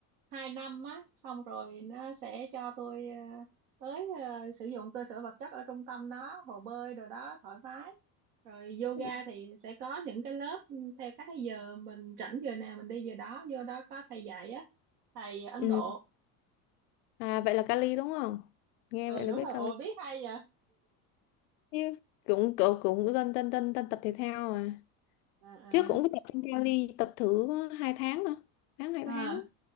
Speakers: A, on the right (about 75°); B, on the left (about 75°).
A: 2 năm á xong rồi nó sẽ cho tôi ờ, tới ờ, sử dụng cơ sở vật chất ở trung tâm đó hồ bơi đồ đó thoải mái rồi yoga
B: Ừ.
A: thì sẽ có những cái lớp theo các cái giờ mình rảnh giờ nào mình đi giờ đó vô đó có thầy dạy á thầy Ấn
B: Ừ.
A: Độ
B: À vậy là Cali đúng không? Nghe
A: ừ
B: vậy là
A: đúng
B: biết
A: rồi
B: Cali
A: ồ biết hay vậy
B: chứ. Cũng cũng cũng dân dân dân dân tập thể thao à.
A: Ờ, ờ.
B: Trước cũng có tập trong Cali tập thử hai tháng mà. Tháng hai
A: à
B: tháng.